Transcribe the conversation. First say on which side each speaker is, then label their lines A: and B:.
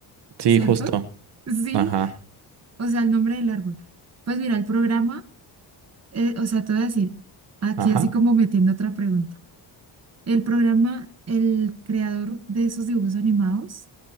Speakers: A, on the right; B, on the right.
A: sí,
B: ¿cierto?
A: justo.
B: Sí,
A: Ajá.
B: o sea, el nombre del árbol. Pues mira, el programa, eh, o sea, te voy a decir, aquí
A: Ajá.
B: así como metiendo otra pregunta. El programa, el creador de esos dibujos animados,